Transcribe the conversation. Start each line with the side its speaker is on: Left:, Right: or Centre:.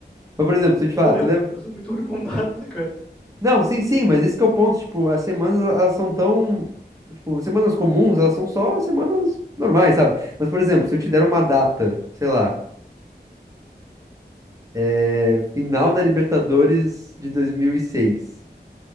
Right: Mas, por exemplo, se eu te
Centre: Eu
Right: falar,
Centre: não lembro,
Right: tu lembra...
Centre: eu sou muito ruim com <laughs> data, cara.
Right: Não, sim, sim, mas esse que é o ponto, tipo, as semanas, elas são tão... Tipo, semanas comuns, elas são só semanas normais, sabe? Mas, por exemplo, se eu te der uma data, sei lá, é, final da Libertadores de 2006,